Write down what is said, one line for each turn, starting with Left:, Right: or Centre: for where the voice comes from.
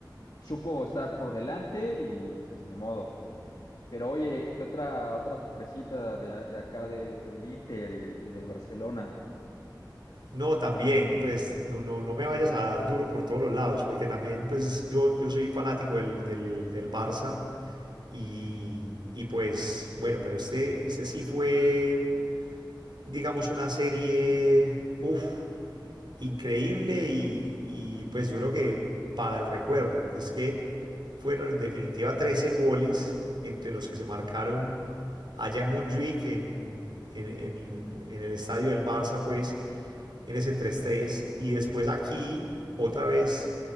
Left: supo estar por delante y pues ni modo. Pero oye, ¿qué otra, otra sorpresita de, a- de acá de- del Inter y, y del Barcelona?
Right: No, también, pues no, no, no me vayas a dar duro por todos los lados, porque también pues yo, yo soy fanático del, del, del Barça Y, y pues, bueno, pero este, este sí fue, digamos, una serie, uff, increíble y, y pues yo creo que para el recuerdo, es que fueron en definitiva 13 goles entre los que se marcaron allá en Montjuic, en, en, en- en el estadio del Barça, pues, en ese tres tres Y después aquí, otra vez,